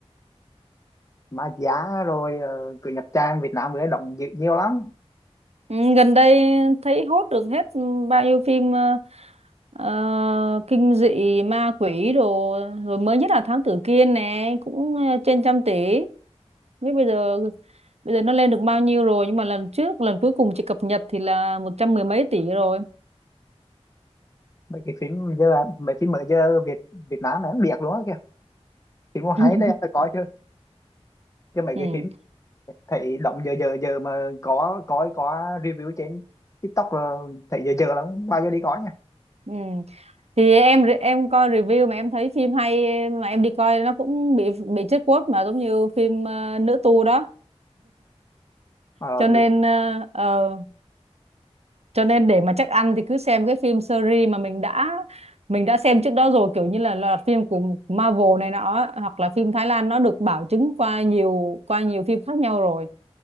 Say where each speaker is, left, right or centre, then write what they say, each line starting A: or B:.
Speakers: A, on the left; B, on the right.
A: mà giá rồi ờ, cứ nhập trang Việt Nam mới đóng nhiều, nhiều lắm
B: Ừ, gần đây thấy hốt được hết bao nhiêu phim ờ, ờ, kinh dị ma quỷ đồ rồi mới nhất là Thám Tử Kiên nè cũng ờ, trên trăm tỷ Không biết bây giờ bây giờ nó lên được bao nhiêu rồi nhưng mà lần trước lần cuối cùng chị cập nhật thì là một trăm mười mấy tỷ rồi
A: mấy cái phim giờ mấy phim mới giờ Việt Việt Nam em biết luôn á kìa phim cũng
B: <laughs>
A: hay đấy em phải coi chứ chứ mấy
B: ừ.
A: cái phim thấy động giờ giờ giờ mà có có có review trên TikTok là thấy giờ giờ lắm bao giờ đi có nha
B: Ừ. thì em em coi review mà em thấy phim hay mà em đi coi nó cũng bị bị chết quote mà giống như phim ờ, nữ tu đó
A: mà
B: cho nên
A: được
B: ờ, ờ, cho nên để mà chắc ăn thì cứ xem cái phim series mà mình đã mình đã xem trước đó rồi kiểu như là loạt phim của Marvel này nọ hoặc là phim Thái Lan nó được bảo chứng qua nhiều qua nhiều phim khác nhau rồi